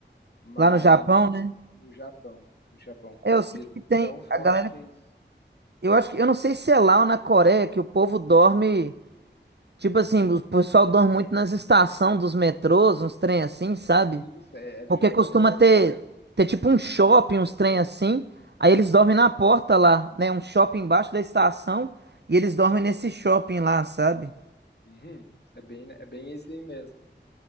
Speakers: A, on the left; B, on the right.
A: Mas
B: Lá no Japão, né?
A: no Japão, no Japão,
B: É, eu sei
A: de
B: que tem
A: tão forte
B: a galera.
A: que é isso.
B: Eu acho que eu não sei se é lá ou na Coreia que o povo dorme, tipo assim, o pessoal dorme muito nas estações dos metrôs, uns trem assim, sabe?
A: Isso, é, é do
B: Porque
A: Japão
B: costuma
A: mesmo.
B: ter, ter tipo um shopping, uns trem assim. Aí eles dormem na porta lá, né? Um shopping embaixo da estação. E eles dormem nesse shopping lá, sabe?
A: Uhum, é bem, é bem esse aí mesmo.